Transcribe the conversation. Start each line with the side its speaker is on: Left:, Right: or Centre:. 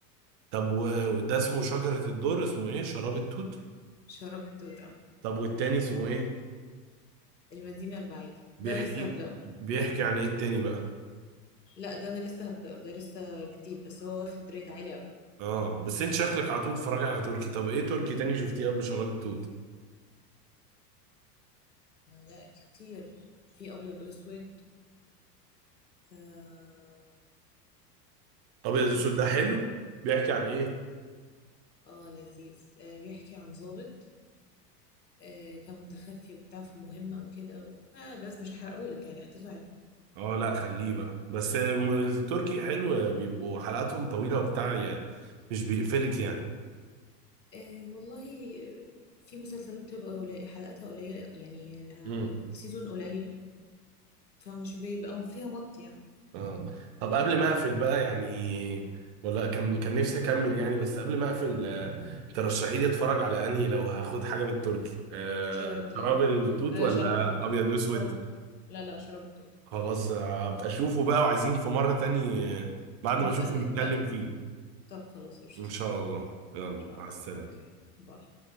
Right: طب و- وده اسمه شجرة الدر اسمه ايه شراب التوت
Left: شراب التوتة
Right: طب والتاني اسمه ايه
Left: المدينة البعيدة
Right: بيحكي
Left: ده انا لسه هبدأه
Right: بيحكي عن ايه التاني بقى
Left: لا ده انا لسه هبدأه ده لسه جديد بس هو واخد ريت عالي قوي
Right: اه بس انت شكلك على طول بتتفرج على تركي طب ايه تركي تاني شفتيه قبل شراب التوت
Left: لا كتير في ابيض واسود آه
Right: ابيض
Left: في
Right: اسود
Left: ايه تاني
Right: ده حلو بيحكي عن ايه
Left: اه لذيذ آه بيحكي عن ضابط آه، كان متخفي وبتاع في مهمة وكده و... آه بس مش هحرقهولك يعني حدثه حلو
Right: اه لا خليه بقى بس الم- التركي حلو بيبقوا حلقاتهم طويله وبتاع يعني مش بيقفلك يعني
Left: آه والله آه، في مسلسلات بتبقى قليل حلقاتها قليلة يعني الع-
Right: امم
Left: السيزون قليل فمش بيبقى فيها مط يعني
Right: اه طب قبل ما اقفل بقى يعني ولا كان كان نفسي اكمل يعني بس قبل ما اقفل آه، ترشحي لي اتفرج على انهي لو هاخد حاجه من التركي آه،
Left: شجرة التوت
Right: شراب التوت
Left: آه
Right: ولا
Left: شراب التوت
Right: ابيض
Left: اه
Right: اسود
Left: شراب التوت لا لا شراب التوت
Right: خلاص ابقى اشوفه بقى وعايزين في مرة تاني آه، بعد
Left: نبقى
Right: ما اشوفه نتكلم
Left: نتكلم
Right: فيه
Left: طب خلاص قشطة
Right: ان شاء الله يلا
Left: إن شاء
Right: مع
Left: الله
Right: السلامة
Left: أوكي باي